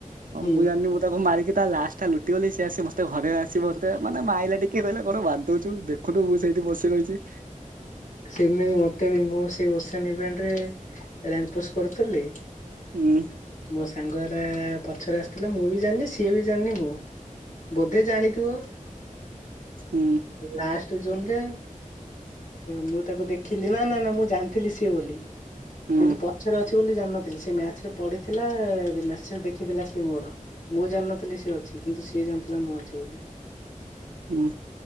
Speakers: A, on the left (about 70°); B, on the right (about 80°).
A: ହୁଁ
B: ମୁଁ ଜାଣିନି ମତେ ତାକୁ ମାରିକି ତା ଲାଷ୍ଟ ଟା ଲୁଟିଗଲି ସିଏ ଆସି ମତେ ଘରେ ଆସି ମତେ ମାନେ ମ ଆଲା <unintelligible> ଟିକେ ରହିଲା ଘଣ ବାଧ ଦଉୁ ଦେଖୁ ପୁ ମୁ <unintelligible> ସେଇଠି ବସି ରହିଛି
A: ସେମିତି ମତେ ବି ମୁଁ ସେଇ <unintelligible> ସଭେଣ୍ଟ ରେ ରଙ୍ଗ <unintelligible> ପୁସ୍ କରିଥିଲିଲି
B: ହୁଁ।
A: ମୋ ସାଙ୍ଗ ହେଲା ପଛରେ ଆସୁଥିଲା ମୁଁ ବି ଜାଣିନି ସିଏ ବି ଜାଣିନି ମୁଁ ବୋଧେ ଜାଣିଥିବ
B: ହୁଁ
A: ଲାଷ୍ଟ ଜୁନ ରେ? ମୁଁ ତାକୁ ଦେଖିଲି ନା ନା ନା ମୁଁ ଜାଣିଥିଲି ସିଏ ବୋଲି
B: ହୁଁ
A: କିନ୍ତୁ ପ ପଛରେ ଅଛି ବୋଲି ଜାଣିନଥିଲି ସେ ମ୍ୟାଚ ରେ ପଡିଥିଲା ମେସେଜ ଦେଖିଥିଲା ସେ ମୋର। ମୁଁ ଜାଣିନଥିଲି ସିଏ ଅଛି କିନ୍ତୁ ସିଏ ଜାଣିଥିଲା ମୁଁ ଅଛି ବୋଲି।
B: ହୁଁ